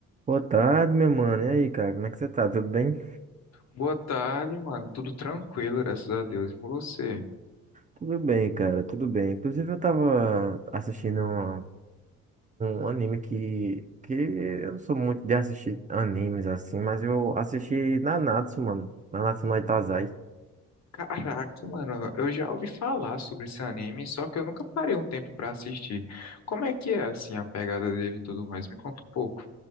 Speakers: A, on the right; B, on the left.
A: Boa tarde, meu mano. E aí, cara, como é que você tá? Tudo bem?
B: Boa tarde, mano. Tudo tranquilo, graças a Deus. E com você?
A: Tudo bem, cara, tudo bem. Inclusive, eu tava assistindo um, um anime que, que eu não sou muito de assistir animes assim, mas eu assisti Nanatsu, mano. Nanatsu no Taizai.
B: Caraca, mano, eu já ouvi falar sobre esse anime, só que eu nunca parei um tempo pra assistir. Como é que é, assim, a pegada dele e tudo mais? Me conta um pouco.